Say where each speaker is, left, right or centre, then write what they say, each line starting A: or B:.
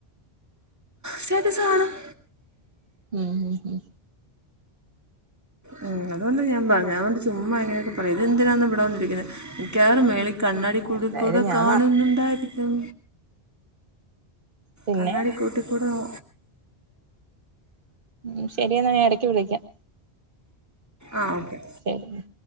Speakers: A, on the right (about 15°); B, on the right (about 55°).
A: സ്റ്റാറ്റസ്കാണും-
B: ഉം ഉം -
A: ഉം അതൊണ്ട് ഞാൻ പറഞ്ഞു അതൊണ്ട് ചുമ്മായിങ്ങനൊക്കെ പറയും ഇതെന്തിനാണ് ഇവിടെവന്നിരിക്കണേ മിക്കാറ് മേളി കണ്ണാടിക്കുള്ളി
B: എന്തായാലും
A: കൂടെ
B: ഞാൻ
A: കാണുന്നുണ്ടായിരിക്കും.
B: നാ- പിന്നെ
A: കണ്ണാടി കൂട്ടി കൂടെ നൊ
B: ഉം ശരിയെന്നാ ഞായെടയ്ക്ക് വിളിക്കാം.
A: ആഹ് ഓക്കെ
B: ശരി